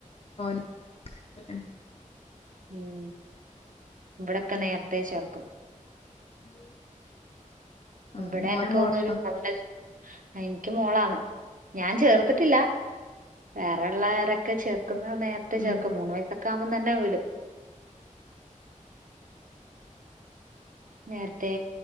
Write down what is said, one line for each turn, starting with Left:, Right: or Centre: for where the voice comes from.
Left: <unintelligible>
Right: ഉം ഇവിടെക്കെ നേരത്തെ ചേർക്കും
Left: <inaudible> ആഹ്
Right: ഇവിടെ
Left: മോനെ
Right: എനിക്ക് തോന്നുന്നു
Left: മോള്
Right: ഒരു <unintelligible> എനിക്ക് മോളാണ് ഞാൻ ചേർത്തിട്ടില്ല വേറെ ഉള്ളവരൊക്കെ ചേർക്കുന്ന നേരത്തെ
Left: ഉം
Right: ചേർക്കും മൂന്ന് വയസ ക്കാമെന്ന് തന്നെ വിടും നേരത്തെ